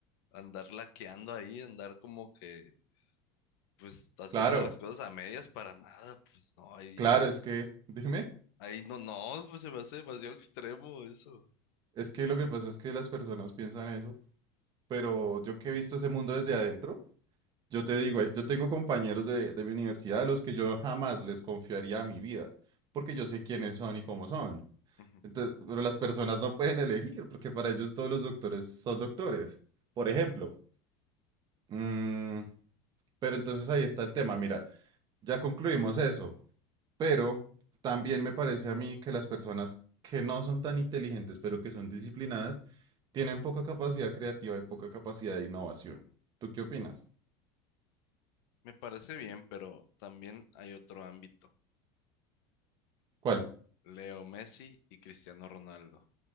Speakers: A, on the left; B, on the right.
A: andar laqueando ahí, andar como que, pues, haciendo
B: Claro,
A: las cosas a medias para nada. Pues no, ahí
B: claro,
A: ya no.
B: es que, <laughs> dime,
A: Ahí no, no, pues se me hace demasiado extremo eso.
B: es que lo que pasa es que las personas piensan eso, pero yo que he visto ese mundo desde adentro, yo te digo, yo tengo compañeros de, de mi universidad a los que yo jamás les confiaría mi vida, porque yo sé quiénes son y cómo son.
A: Ujú,
B: Entonces, pero las personas no pueden elegir, porque para ellos todos los doctores son doctores, por ejemplo.
A: ujú.
B: Mm, pero entonces ahí está el tema, mira, ya concluimos eso. Pero también me parece a mí que las personas que no son tan inteligentes, pero que son disciplinadas, tienen poca capacidad creativa y poca capacidad de innovación. ¿Tú qué opinas?
A: Me parece bien, pero también hay otro ámbito.
B: ¿Cuál?
A: Leo Messi y Cristiano Ronaldo.